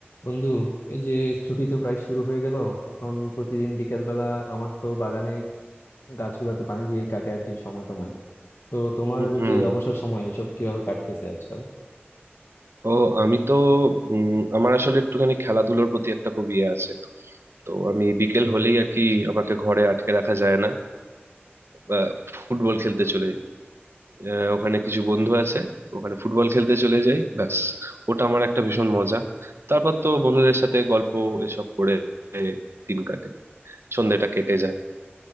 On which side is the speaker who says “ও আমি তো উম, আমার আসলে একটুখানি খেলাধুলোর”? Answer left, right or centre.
Right